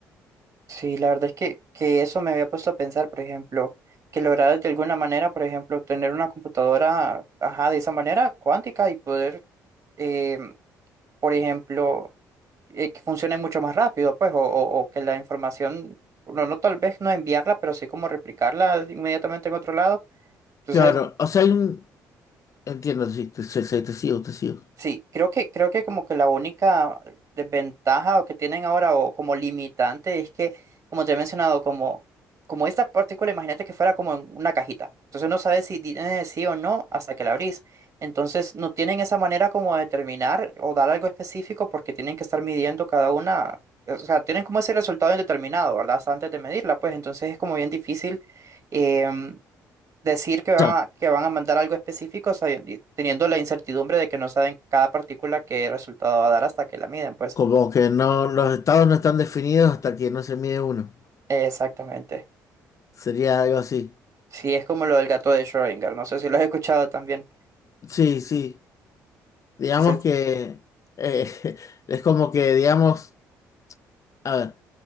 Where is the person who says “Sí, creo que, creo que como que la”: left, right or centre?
Right